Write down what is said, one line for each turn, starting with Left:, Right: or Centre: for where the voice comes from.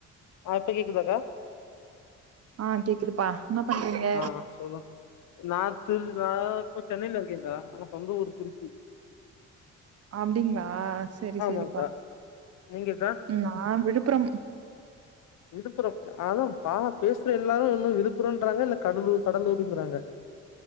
Left: ஆ இப்ப கேக்குதாக்கா
Right: ஆஹ் கேக்குதுப்பா என்ன பண்றீங்க
Left: ஆஹ் சொல்லு நா <unintelligible> இப்போ சென்னையில இருக்கேங்கா ஆனா சொந்த ஊரு திருச்சி
Right: அப்படிங்களா ஆஹ் சரி
Left: ஆமாக்கா
Right: சரிப்பா
Left: நீங்கக்கா
Right: உம் நா விழுப்புரம்
Left: விழுப்புரம் அதா பா பேசுற எல்லாரு இன்னு விழுப்புரோ ன்றாங்க இல்ல கடலூர் கடலூருங்கறாங்க